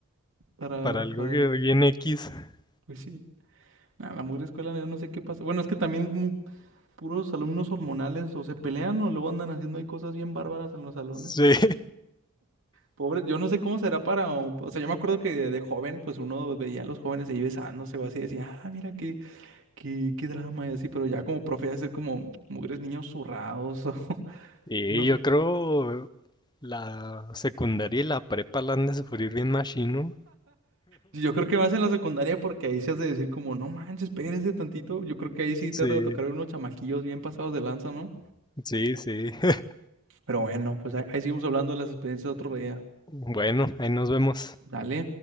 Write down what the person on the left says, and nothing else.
para algo
que
bien X. <laughs>
Sí.
Y
yo creo la secundaria y la prepa la han de sufrir bien machino.
Sí,
sí, sí. <laughs>
Bueno, ahí nos vemos.